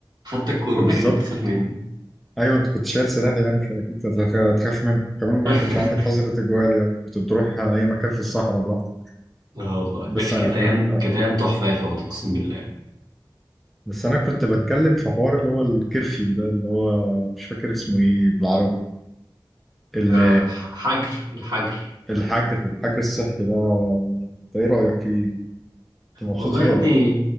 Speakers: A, on the right; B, in the centre.
A: حتى الكورونا
B: بالظبط
A: كانت بتخاف مني
B: ايوه انت كنت شايل سلاح يعني فاكيد كنت هتخ- هتخاف منه كمان ما
A: <laughs>
B: كانش عندك حظر تجوال يعني كنت بتروح اي مكان في الصحراء براحتك
A: اه والله
B: بس
A: كانت
B: أ-
A: ايام
B: أ-
A: كانت ايام تحفه يا اخي والله اقسم بالله
B: بس انا كنت بتكلم في حوار اللي هو الكرفيو ده اللي هو مش فاكر اسمه ايه بالعربي ال-
A: أه حجر الحجر
B: الحجر الحجر الصحي ده انت ايه رايك فيه انت مبسوط
A: والله
B: فيه
A: يا ابني
B: ولا لا